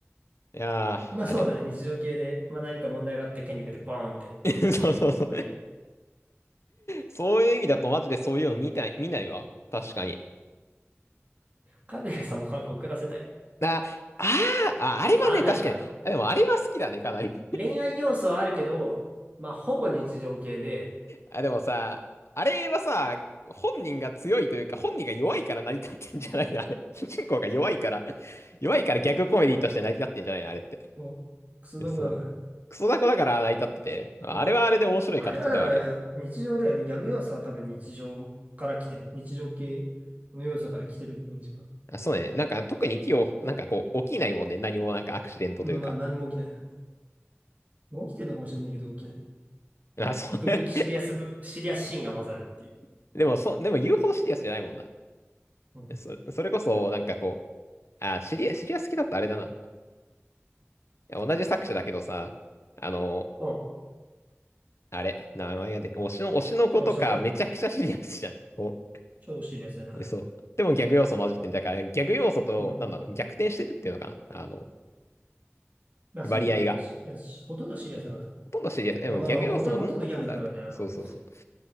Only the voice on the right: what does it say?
まあそうだね。
日常系で、まあ何か問題があって権力でバーンみたいな。
はい。
かぐや様は告らせたい。
ああなる多分。
恋愛要素はあるけど、まあほぼ日常系で、
そうクソだもんだから。
うん。まああれはだから日常だよね。ギャグ要素は多分日常から来てる。日常系の要素から来てるイメージが。
うん、まあ何も起きないよね。起きてるのかもしれないけど起きない。
時々シリアス部分、シリアスシーンが混ざるっていう。
うん。
お、
どうしたう
超シリアスになる。
うん。
まあそうなのよ。
シリアス、ほとんどシリアスだから。
あまあほとんど、ほとんどギャグだからね、あの、